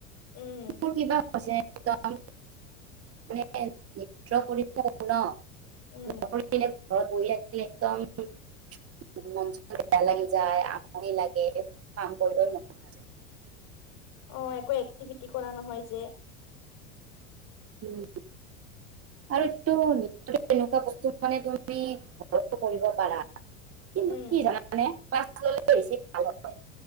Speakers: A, on the left; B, on the right.
A: উম
B: মোৰ কিবা <unintelligible> নৃত্য কৰি <unintelligible> নকৰি
A: উম
B: পিনে ঘৰত বহি থাকিলে, একদম মন-চন বেয়া লাগি যায়, আমনি লাগে! এই, কাম কৰিবই মন নাযায়
A: অ'! একো এক্টিভিটি কৰা নহয় যে।
B: উম। আৰু এইটো, নৃত্যটো এনেকুৱা বস্তু মানে, তুমি ঘৰতো কৰিব পাৰা। কিন্তু,
A: উম
B: কি জানানে? ক্লাছ ল'লে, বেছি ভাল হয়।